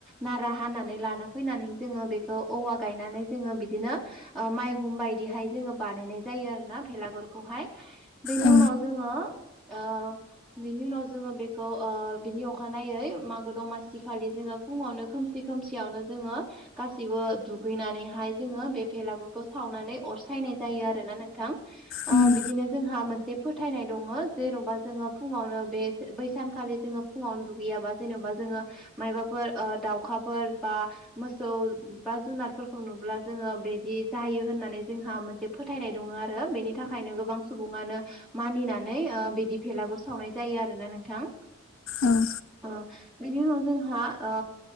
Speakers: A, in the centre; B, on the left (about 70°).
A: नारा हानानै लाना फैनानै जोङो बेखौ औवा गायनानै जोङो बिदिनो ओ माइहुं बायदिहाय जोङो बानायनाय जायो आरो ना भेलागुरखौहाय बेनि
B: औ
A: उनाव जोङो ओ बिनि उनाव जोङो बेखौ ओ बिनि अखानायै मागो दमासि खालि जोङो फुंङावनो खोमसि खोमसियावनो जोङो गाैसैबो दुगैनानैहाय जोङो बे भेलागुरखौ सावनानै अर सायनाय जायो आरोना नोंथां। ओ
B: उम
A: बिदिनो जोंहा मोनसे फोथायनाय दङ जेन'बा जोङो फुङावनो बे बै सानखालि जोङो फुङावनो दुगैयाबा जेनेबा जोङो मायबाफोर ओ दाउखाफोर बा मोसौ बा जुनारफोरखौ नुब्ला जोङो बिदि जायो होननानै जोंहा मोनसे फोथायनाय दङ आरो बेनि थाखायनो गोबां सुबुङानो मानिनानै ओ बिदि भेलागुर सावनाय जायो आरोना नोंथां।
B: ओं।
A: ओ बेनि उनाव जोंहा ओ